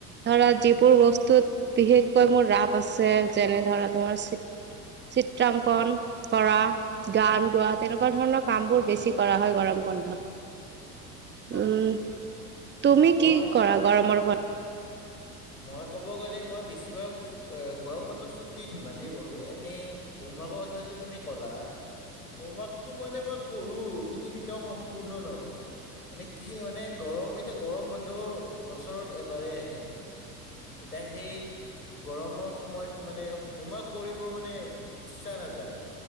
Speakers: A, on the right; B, on the left.
A: ধৰক যিবোৰ বস্তুত বিশেষকৈ মোৰ ৰাপ আছে, যেনে ধৰা তোমাৰ চি চিত্ৰাংকন। কৰা, গান গোৱা, তেনেকুৱা ধৰণৰ কাম বোৰ বেছি কৰা হয় গৰম বন্ধত।
B: <inaudible>
A: উম, তুমি
B: মই
A: কি কৰা গৰমৰ বন্ধ
B: মই ক'ব গ'লে, মই বেছিভাগ। গৰম বন্ধত ফূৰ্তি-ধেমালিয়ে কৰো, এনেই হোমৱৰ্কৰ কথা যদি তুমি ক'লা হোমৱৰ্কটো মানে মই কৰো, কিন্তু কেতিয়াও সম্পূৰ্ণ নহয়। এনে কি মানে, গৰম এতিয়া, গৰম বন্ধ বছৰত এবাৰেই আহে। এতিয়া সেই গৰমৰ সময়ত মানে, হোমৱৰ্ক কৰিব মানে ইচ্ছা নাযায়।